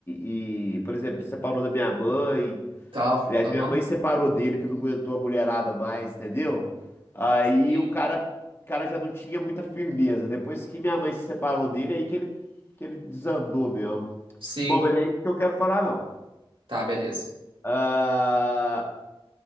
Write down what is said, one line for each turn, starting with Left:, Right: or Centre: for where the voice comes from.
Left: e, por exemplo, ele separou da minha mãe.
Right: tal,
Left: Aliás,
Right: aham.
Left: minha mãe separou dele que não aguentou a mulherada mais, entendeu? Aí
Right: Sim.
Left: o cara, o cara já não tinha muita firmeza. Depois que minha mãe se separou dele, é aí que ele, que ele desandou mesmo.
Right: Sim.
Left: Bom, mas não é isso que eu quero falar, não.
Right: Tá, beleza.
Left: Ah,